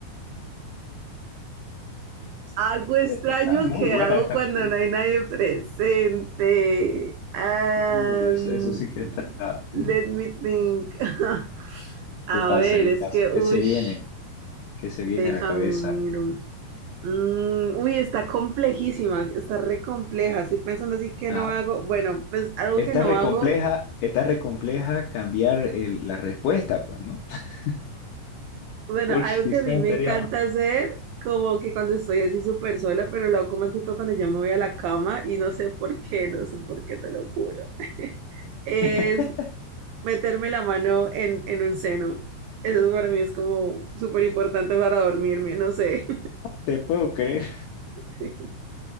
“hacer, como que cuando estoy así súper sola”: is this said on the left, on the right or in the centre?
Right